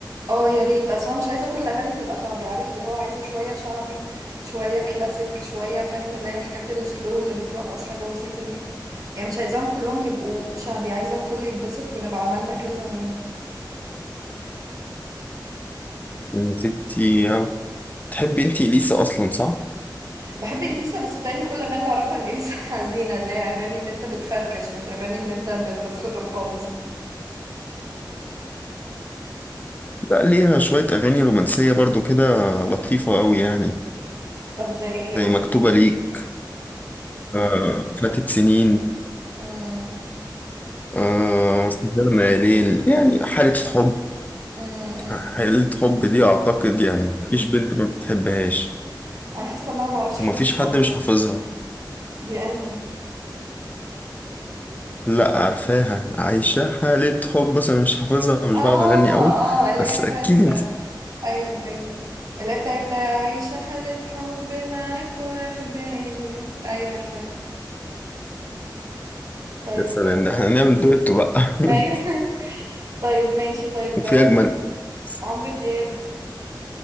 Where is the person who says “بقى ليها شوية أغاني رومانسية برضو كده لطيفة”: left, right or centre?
Left